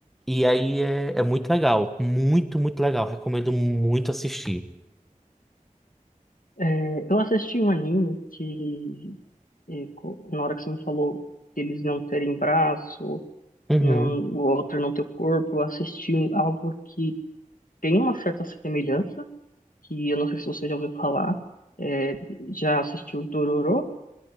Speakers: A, in the centre; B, on the left.
A: E aí é, é muito legal. Muito, muito legal. Recomendo muito assistir.
B: É, eu assisti um anime que, é, co- na hora que você me falou deles não terem braço,
A: Uhum.
B: não, o outro não ter o corpo, eu assisti um- algo que tem uma certa semelhança, que eu não sei se você já ouviu falar. É, já assistiu Dororo?